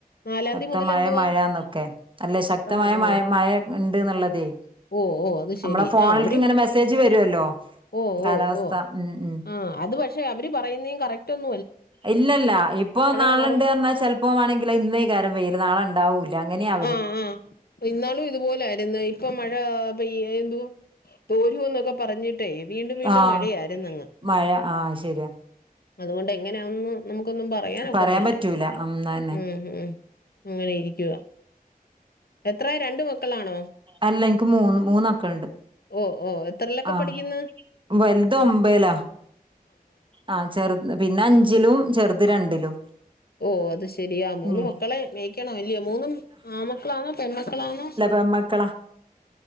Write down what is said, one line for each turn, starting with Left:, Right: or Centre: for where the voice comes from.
Left: നാലാം
Right: ശക്തമായ
Left: തീയതി മുതൽ എന്തുവാ
Right: മയന്നൊക്കെ അല്ലെ
Left: വ്യക്തമായി
Right: ശക്തമായ
Left: ഓ
Right: മയ മയ ഇണ്ട്ന്നുള്ളതേ
Left: ഓ ഓ അത് ശെരി
Right: നമ്മളെ ഫോണിൽക്ക്
Left: ആ അവര്
Right: ഇങ്ങനെ മെസ്സേജ് വരുവല്ലോ
Left: ഓ
Right: കാലാവസ്ഥ
Left: ഓ ഓ
Right: ഉം ഉം
Left: ആ അത് പക്ഷെ അവര് പറയുന്നേ കറക്റ്റ് ഒന്നു
Right: ഇല്ലല്ല ഇപ്പൊ നാളുണ്ട്ഞ്ഞാൽ
Left: മാറും
Right: ചെല്പംമാണെങ്കിലെ ഇന്നേ കേറി പെയ്യല് നാളണ്ടാവൂല അങ്ങനെയാ
Left: ഉം ഉം ഇന്നാളും ഇതുപോലെ ആയിരുന്നു ഇപ്പൊ മഴ പെയ്യ്ദു തോരൂ എന്നൊക്കെ പറഞ്ഞിട്ടേ വീണ്ടും വീണ്ടും
Right: ആഹ്
Left: മഴയാരുന്നങ്ങ്
Right: മഴ ആഹ് ശരിയാ
Left: അതുകൊണ്ട് എങ്ങനെയാഒന്നും നമുക്കൊന്നും പറയാനൊക്കത്തില്ല
Right: പറയാൻ പറ്റൂല ഉം അതന്നെ
Left: ഉം ഉം അങ്ങനെ ഇരിക്ക്യാ എത്രേ രണ്ട് മക്കളാണോ
Right: അല്ല എൻക്ക് മൂന്ന് മൂന്നക്കളുണ്ട്
Left: ഓ ഓ എത്രയിലൊക്കെ
Right: ആഹ്
Left: പഠിക്കുന്നു
Right: വലുത് ഒമ്പയ്ലാ ആ ചെറുത് പിന്നെ അഞ്ചിലും ചെറുത് രണ്ടിലും
Left: ഓ അത് ശെരിയാ മൂന്ന്
Right: ഉം
Left: മക്കളെ മേയിക്കണം അല്ലയോ മൂന്നും ആൺമക്കളാന്നോ പെൺമക്കളാന്നോ
Right: പെൺമക്കളാ